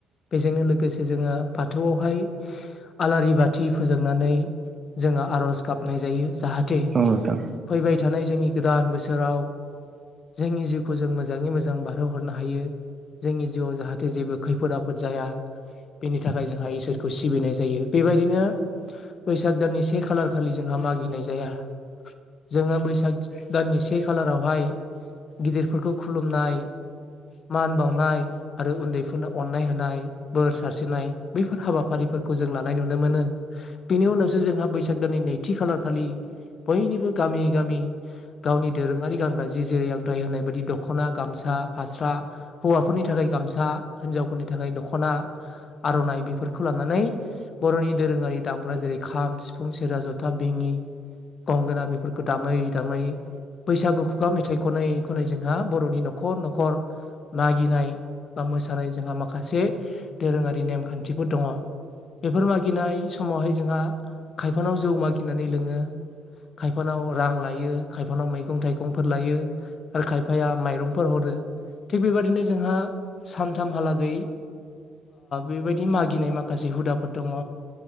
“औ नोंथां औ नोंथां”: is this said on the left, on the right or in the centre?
Right